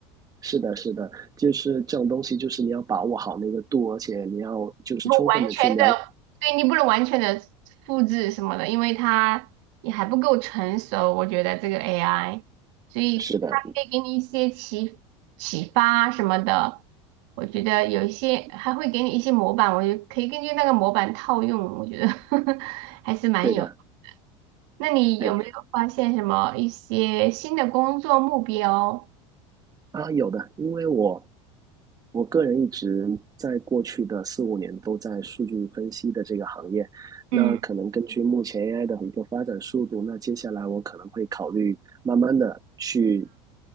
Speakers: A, on the right; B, on the right.
A: 是的，是的，就是这种东西，就是你要把握好那个度，而且你要就是充分的去了
B: 不完全的，对你不能完全的复制什么的，因为它也还不够成熟。我觉得这个 AI，所以它可以给你一些启启发什么的。
A: 是的，
B: 我觉得有一些还会给你一些模板，我就可以根据那个模板套用。我觉得 <laughs> 还是蛮有。
A: 对的，
B: 那你有没有发现什么一些新的工作目标？
A: 哎，啊，有的，因为我我个人一直在过去的四五年都在数据分析的这个行业，
B: 嗯，
A: 那可能根据目前 AI 的一个发展速度，那接下来我可能会考虑慢慢的去